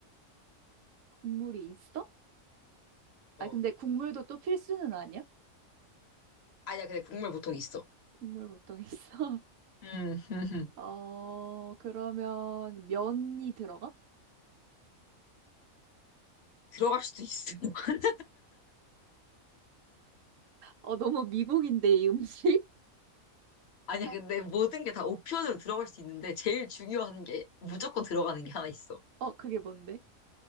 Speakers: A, on the right (about 70°); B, on the left (about 55°).
A: 국물이 있어?
B: 어.
A: 아니, 근데 국물도 또 필수는 아니야?
B: 아니야, 근데 국물 보통 있어.
A: 국물 보통 있어? <laughs>
B: 음, <laughs>
A: 어, 그러면 면이 들어가?
B: 들어갈 수도 있어. <laughs>
A: 어, 너무 미국인데, 이 음식?
B: 아니야,
A: 아,
B: 근데 모든 게 다 옵션으로 들어갈 수 있는데 제일 중요한 게 무조건 들어가는 게 하나 있어.
A: 어, 그게 뭔데?